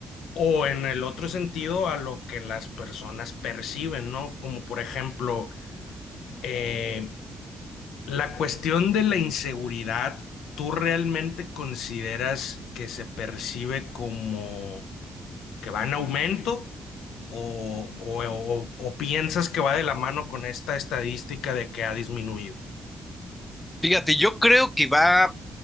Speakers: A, on the left; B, on the left.
A: o en el otro sentido a lo que las personas perciben, ¿no? Como por ejemplo... eh, La cuestión de la inseguridad, ¿tú realmente consideras que se percibe como que va en aumento? ¿O, o- o- o piensas que va de la mano con esta estadística de que ha disminuido?
B: Fíjate, yo creo que va,